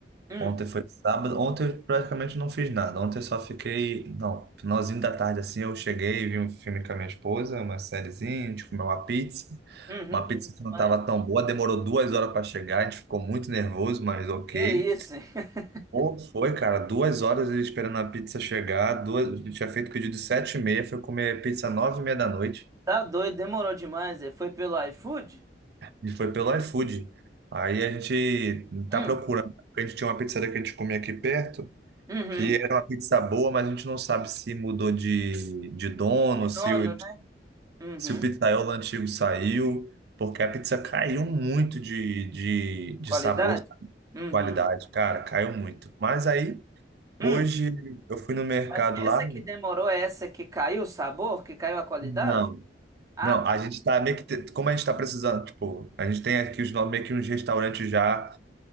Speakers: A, on the right; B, on the right.
A: Hum,
B: ontem foi sábado, ontem eu praticamente não fiz nada. Ontem eu só fiquei, não, finalzinho da tarde assim, eu cheguei, vi um filme com a minha esposa, uma sériezinha, a gente comeu uma pizza.
A: uhum,
B: Uma
A: bom
B: pizza
A: demais.
B: que não estava tão boa, demorou duas horas para chegar, a gente ficou muito nervoso, mas ok.
A: Que isso, hein? <laughs>
B: Pô, foi, cara, duas horas esperando a pizza chegar, duas, a gente tinha feito pedido de sete e meia, foi comer pizza nove e meia da noite.
A: Tá doido, demorou demais. é. Foi pelo iFood?
B: E foi pelo iFood. Aí a gente
A: Hum,
B: tá procurando. porque A gente tinha uma pizzaria que a gente comia aqui perto,
A: uhum.
B: que era uma pizza boa, mas a gente não sabe se mudou de, de dono,
A: De
B: se
A: dono,
B: o,
A: né? Uhum.
B: se o pizzaiolo antigo saiu, porque a pizza caiu muito de, de, de
A: Qualidade?
B: sabor,
A: Uhum.
B: qualidade, cara, caiu muito. Mas aí, hoje,
A: Hum.
B: eu fui no mercado
A: Mas essa
B: lá,
A: que demorou é essa que caiu o sabor, que caiu a qualidade?
B: não,
A: Ah,
B: não,
A: tá.
B: a gente tá meio que, te- como a gente tá precisando, tipo, a gente tem aqui os, no- meio que uns restaurantes já